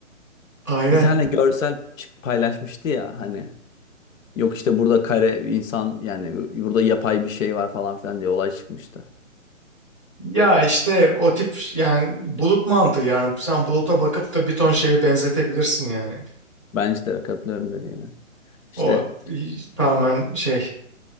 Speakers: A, on the left; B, on the left.
A: Aynen.
B: Bir tane görsel çık- paylaşmıştı ya hani. Yok işte burada kare insan yani burada yapay bir şey var falan filan diye olay çıkmıştı.
A: Ya işte o tip yani bulut mantığı yani sen buluta bakıp da bir ton şeye benzetebilirsin yani.
B: Bence de katılıyorum dediğine. İşte
A: O tamamen şey